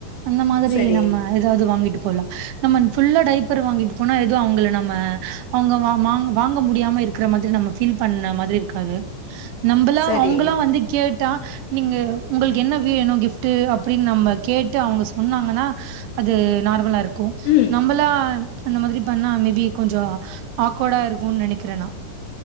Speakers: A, on the right; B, on the left.
A: அந்த மாதிரி
B: சரி
A: நம்ம வேற ஏதாது வாங்கிட்டு போலா நம்ம புல்லா டைபர் வாங்கிட்டு போனா ஏதோ அவங்கள நம்ம அவங்க வாங் வாங்க முடியாம இருக்கிற மாதிரி நம்ம ஃபீல் பண்ண மாதிரி இருக்காது நம்பளா
B: சரி
A: அவங்களா வந்து கேட்டா நீங்க உங்களுக்கு என்ன வேணு கிஃப் ட்டு அப்டின்னு நம்ம கேட்டு அவங்க சொன்னாங்கனா அது நார்மலா இருக்கு
B: ம்
A: நம்பளா அந்த மாதிரி பண்ணா மேபி கொஞ்சோ ஆக்வர்டா இருக்கு நெனைக்கிறேனா